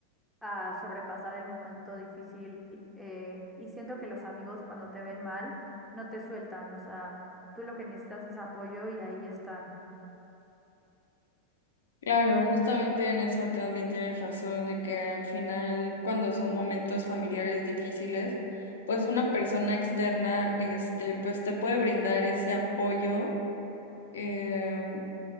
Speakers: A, in the centre; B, on the left.
A: a sobrepasar el momento difícil eh, y siento que los amigos cuando te ven mal no te sueltan, o sea, tú lo que necesitas es apoyo y ahí están.
B: Claro, justamente en eso también tienes razón, de que al final, cuando son momentos familiares difíciles, pues una persona externa, este, pues te puede brindar ese apoyo, em,